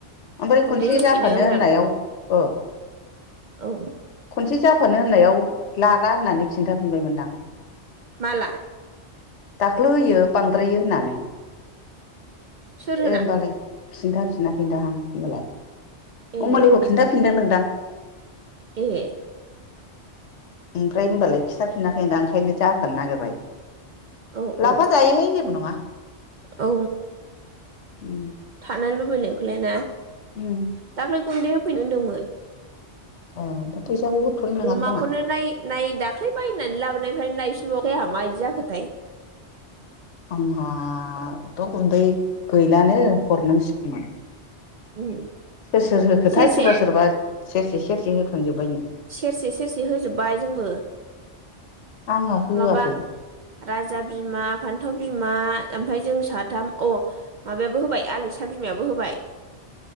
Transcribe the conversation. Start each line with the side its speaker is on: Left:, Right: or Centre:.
Left: ओमफ्राय
Right: गुन्दै
Left: खनसे
Right: होफैनो
Left: जाफानो
Right: होनना
Left: होननायाव ओ
Right: औ।
Left: खनसे जाफानो होननायाव लाला होननानै खिन्था फिनबायमोनदां।
Right: माला?
Left: दाख्लैयो बांद्रायो होननानै।
Right: सोर होना
Left: ए होमबालाय खिन्था फिनाखैदाहां होनबालाय।
Right: ए
Left: अम'लिखौ खिन्थाफिनदों नोंदां।
Right: ए
Left: ओमफ्राय होमबालाय खिथाफिनाखै दां ओंखायनो जा फानो नागिरबाय
Right: औ औ
Left: लाफा जायोहाय जेबो नङा।
Right: औ
Left: उम
Right: फानो लुबैनायखौलाय ना?
Left: उम
Right: दाख्लै गुन्दै होफैनो होनदोंमोन।
Left: ए ओमफ्राय फैसाखौ हरथ'नो नङा
Right: अमाखौनो
Left: खोमा
Right: नाय-नाय दाख्लै बायनानै लाबोनाय ओमफ्राय नायफिनबावाखै आं मायदि जाखोथाय।
Left: आंहाथ' गुन्दै गैलानो हरनांसिगौमोन।
Right: उम
Left: सोर सोर होखोथाय
Right: सेरसे
Left: सोरबा सोरबा सेरसे सेरसे होखांजोब
Right: सेरसे सेरसे होजोबबाय जोंबो
Left: आंहा होआखै
Right: माबा राजा बिमा फान्थाव बिमा ओमफ्राय जों साथाम अ माबायाबो होबाय आलिसा बिमायाबो होबाय।